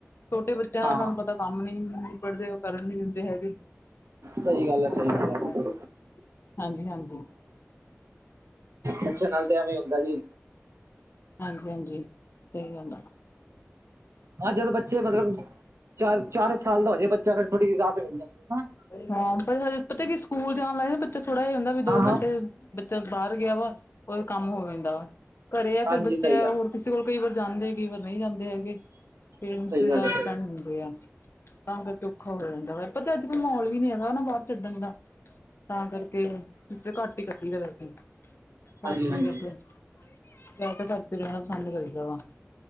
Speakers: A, on the left; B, on the right.
A: ਛੋਟੇ ਬੱਚਿਆਂ
B: ਹਾਂ
A: ਨਾਲ ਤੁਹਾਨੂੰ ਪਤਾ ਕੰਮ ਨੀ ਨਿਬੜ ਦੇ, ਉਹ ਕਰਨ ਨੀ ਦਿੰਦੇ ਹੈਗੇ।
B: ਸਹੀ
A: ਔਖਾ
B: ਗੱਲ ਹੈ ਸਹੀ ਗੱਲ
A: ਹੋ ਜਾਂਦੈ,
B: ਹੈ
A: ਹਾਂਜੀ-ਹਾਂਜੀ।
B: ਬੱਚਿਆਂ ਨਾਲ ਤੇ ਐਵੈ ਈ ਹੁੰਦੈ ਜੀ।
A: ਹਾਂਜੀ-ਹਾਂਜੀ ਸਹੀ ਗੱਲ ਆ।
B: ਹਾਂ, ਜਦ ਬੱਚੇ ਮਤਲਬ ਚਾਰ-ਚਾਰ ਸਾਲ ਦਾ ਹੋ ਜੇ, ਬੱਚਾ ਫੇਰ ਥੋੜ੍ਹੀ ਜਹੀ ਰਾਹਤ ਮਿਲ ਜਾਂਦੀ ਹਨਾ।
A: ਹਾਂ, ਪਤਾ ਕੀ ਸਕੂਲ ਜਾਣ ਲੱਗ ਨਾ ਬੱਚਾ ਥੋੜਾ ਜ ਹੁੰਦਾ ਵੀ ਦੋ
B: ਹਾਂ
A: ਘੰਟੇ
B: ਹਾਂ
A: ਬੱਚਾ ਬਾਹਰ ਗਿਆ ਵਾ, ਉਹਦੇ ਕੰਮ ਹੋ ਜਾਂਦਾ ਵਾ, ਘਰੇ ਆ ਫੇਰ
B: ਹਾਂਜੀ
A: ਬੱਚੇ
B: ਸਹੀ
A: ਹੋਰ
B: ਗੱਲ ਹੈ
A: ਅਸੀ ਹੁਣ ਕਈ ਵਾਰ ਜਾਂਦੇ, ਕਈ ਵਾਰ ਨਹੀਂ ਜਾਂਦੇ ਹੈਗੇ, ਪੇਰੈਂਟਸ
B: ਸਹੀ
A: ਦੇ ਜਾਦਾ
B: ਗੱਲ ਹੈ ਸਹੀ
A: ਡਿਪੈਂਡ
B: ਗੱਲ
A: ਹੁੰਦੇ ਆ ਤਾਂ ਕਰਕੇ ਔਖਾ ਹੋ ਜਾਂਦਾ ਵਾ, ਪਤੈ ਅੱਜ-ਕਲ ਮਹੋਲ ਵੀ ਨੀ ਹੈਗਾ ਨਾ ਬਾਹਰ ਛੱਡਣ ਦਾ ਤਾਂ ਕਰਕੇ ਘੱਟ ਈ ਕੱਢੀ ਦਾ ਰਾਤੀ। ਰਾਤੀ
B: ਹਾਂਜੀ ਹਾਂਜੀ
A: ਵੈਸੇ, ਵੈਸੇ ਤਾਂ ਰਾਤੀ ਜਾਣਾ ਪਸੰਦ ਕਰੀਦਾ ਵਾ <inaudible>